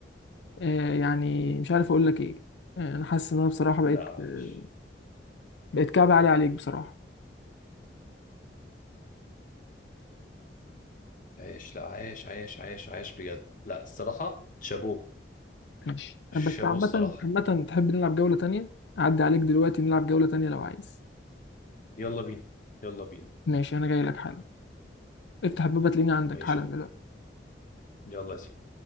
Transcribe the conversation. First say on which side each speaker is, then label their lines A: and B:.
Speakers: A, on the left; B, on the left.
A: آه، يعني مش عارف اقول لك ايه آه، انا حاسس ان انا بصراحه بقيت
B: لا عايش
A: آه، بقيت كعب عالي عليك بصراحه
B: عايش لا عايش عايش عايش عايش بجد لا الصراحة شابوه
A: ماشي
B: شابوه
A: بس عامه
B: الصراحة
A: عامه تحب نلعب جوله تانية اعدي عليك دلوقتي نلعب جوله تانية لو عايز
B: يلا بينا يلا بينا
A: ماشي انا جاي لك حالا افتح الباب تلاقيني عندك
B: ماشي
A: حالا
B: يلا
A: دلوقتي
B: يلا يا سيدي